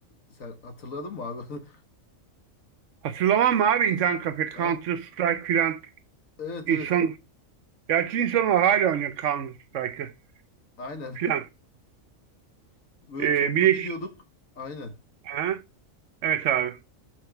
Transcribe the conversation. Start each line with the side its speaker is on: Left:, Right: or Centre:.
Left: Sen hatırladın mı abi?
Right: Hatırlamam mı abi internet kafe,
Left: <laughs>
Right: Counter
Left: Ha?
Right: Strike filan.
Left: Evet
Right: İnsan,
Left: evet.
Right: gerçi insanlar hala oynuyor Counter Strike'ı
Left: Aynen.
Right: filan.
Left: <laughs> Böyle
Right: Ee,
Left: toplu
Right: bileş,
Left: gidiyorduk. Aynen.
Right: ha? Evet abi.